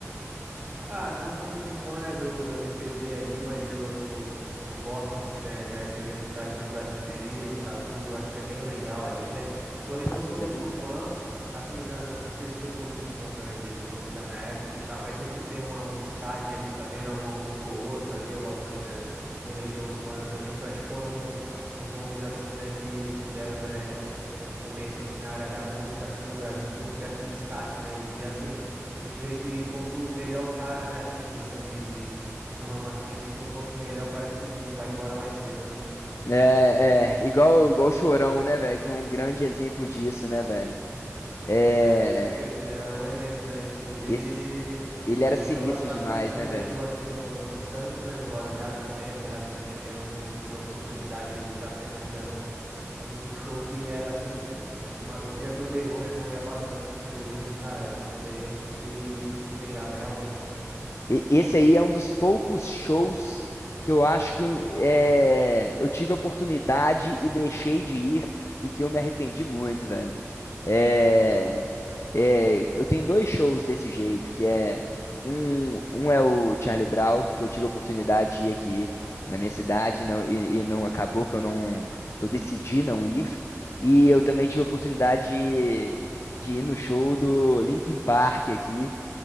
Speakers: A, on the right (about 35°); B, on the left (about 60°).
A: Cara, não sou muito fã, né, do, do MPB ali, mas eu, eu, eu gosto, assim, né, já cheguei a escutar ali um Gilberto Gil, um Cazuza, eu acho que é bem legal ali, né, porém
B: Cazuza
A: não sou muito
B: é bom demais.
A: fã, assim, não, não sei se foi por, por conta, né, de, de não ser da minha época e tal, mas sempre tem uma, um destaque ali também, né, alguma música ou outra ali, eu gosto ali, né, de uma Legião Urbana também, que eu acho que foram uns nomes, assim, né, que, que deram, né, um começo, assim, na área da música, assim, no Brasil, que deu um certo destaque, né, e, assim... A gente vê que quanto melhor o cara, né, assim, em questão de, de do ramo artístico, quanto melhor parece que ele vai embora mais cedo, né?
B: É, é, igual, igual o Chorão, né, velho? Que é um grande exemplo disso, né, velho? É.
A: É, perfeito, ele é um exemplo, né? Inclusive,
B: Esse,
A: ele, ele,
B: ele era
A: ele
B: sinistro
A: vinha ba- bastante
B: demais,
A: fazer
B: né, velho?
A: show aqui no, em Santos, né, no Guarujá também, apesar de ser pequeno, não, não tive a oportunidade ali de estar frequentando um, um show que era assim, a gente, ma- eu via pelo meu irmão, meu irmão ia bastante no show deles e, cara, era uma experiência que ele, ele se entregava realmente, né?
B: E- Esse aí é um dos poucos shows que eu acho que é, eu tive a oportunidade e deixei de ir e que eu me arrependi muito, velho. É, é, eu tenho dois shows desse jeito, que é um, um é o Charlie Brown, que eu tive a oportunidade de ir aqui na minha cidade e não, e, e não acabou que eu não que eu decidi não ir. E eu também tive a oportunidade de, de ir no show do Linkin Park aqui.